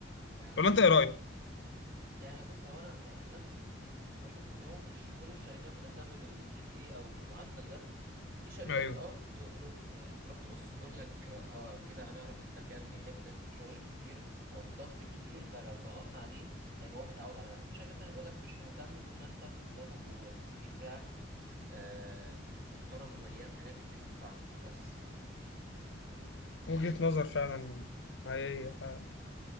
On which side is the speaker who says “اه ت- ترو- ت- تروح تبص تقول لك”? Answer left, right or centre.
Right